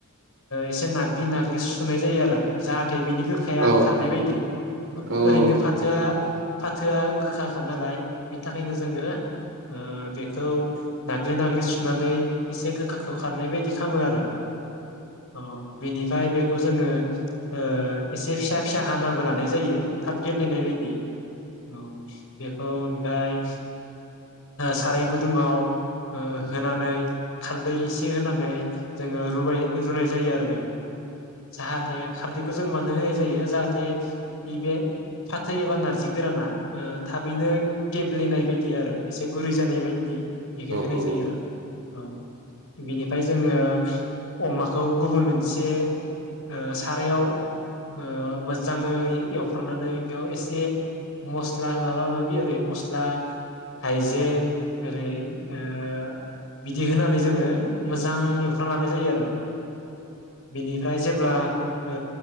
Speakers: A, on the left; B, on the right.
A: एसे नाग्लि नाग्लि सुनाय जायो आरो जाहाथे बिनि गोखाया
B: औ
A: खारनाय
B: औ
A: बायदि
B: औ
A: ओरैनो फाथोआ
B: औ
A: फाथोआ गोखाखा नालाय बिनि थाखायनो जोङो ओ बेखौ नाग्लि नाग्लि सुनानै एसे गोखाखौ खारनाय बायदि खालामो आरो अ बिनि फाय बे बेखौ जोङो ओ एसे फिसा फिसा हानाबो लानाय जायो थाब गेब्लेनाय बायदि औ बे औ फाय साराय गुदुङाव हो होनानै खारदै एसे होनानै जोङो रुबाय रुनाय जायो आरो <inaudible> जाहाथे खारदै जों मानो होनाय जायो जाहाथे बिबो थै एबा नारजि गोराना ओ थाबैनो गेब्लेनायनाय बायदि आरो एसे गुरै जानाय बायदि बेखौ होनाय
B: औ
A: जायो आरो औ बेनि फाय जोङो। अमाखौ गुबुन मोनसे ओ सारायाव। ओ मोजांङै एउ। फ्रामनानै बेयाव एसे। मस्ला माबा माबि। <unintelligible> स्ला। हाइजें ओरै ओ। बिदि होनानै जोंङो। मोजां एवफ्रायना लानाय जायो आरो बेनिफ्राय। जेब्ला। ओ